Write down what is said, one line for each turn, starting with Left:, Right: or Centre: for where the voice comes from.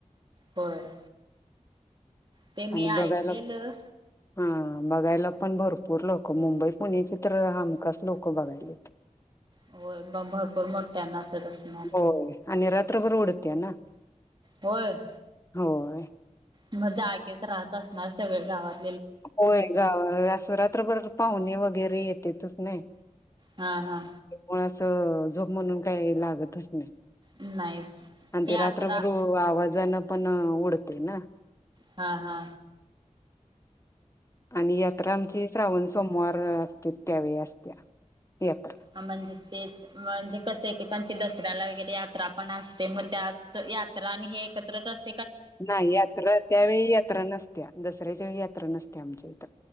Right: होय ते मी
Left: आणि
Right: ऐकलेलं
Left: बघायला हा बघायला पण भरपूर लोक मुंबई पुणे चित्र हमखास लोक बघायला
Right: हो मग भरपूर मोठ्यांनासत असणार
Left: होय आणि रात्र बर उडत्या ना
Right: होय
Left: होय.
Right: मग जागेतच राहत असणार सगळे गावात
Left: होय ग अस रात्रभर पाहुणे वगैरे येतेतच नाही
Right: हा हा
Left: मुळ असं झोप म्हणून काही लागतच नाही
Right: नाहीच
Left: आणि
Right: यात्रा
Left: ते रात्रभर आवाजानं पण उडते ना
Right: हा हा
Left: आणि यात्रा आमची श्रावण सोमवार असते त्यावेळी असत यात्रा
Right: म्हणजे तेच म्हणजे कस एकेकांची दसऱ्याला वगैरे यात्रा पण असते मग त्याच यात्रा आणि हे एकत्रच असत
Left: नाही यात्रा त्यावेळी यात्रा नसत्या दसऱ्या ज यात्रा नसते आमची